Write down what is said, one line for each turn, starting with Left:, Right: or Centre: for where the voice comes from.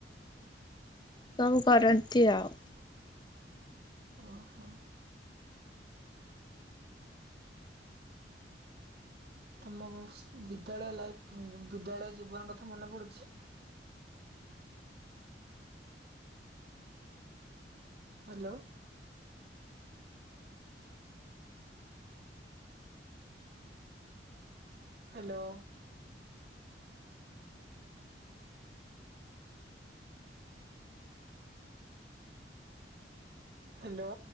Left: ସବୁ କରନ୍ତି ଆଉ।
Right: ଓ ହୋ। ତମ ବିଦ୍ୟାଳୟ ଲାଇଫ୍ ବିଦ୍ୟାଳୟ ଜୀବନ କଥା ମନେ ପଡୁଚି। ହାଲୋ। ହ୍ୟାଲୋ। ହ୍ୟାଲୋ।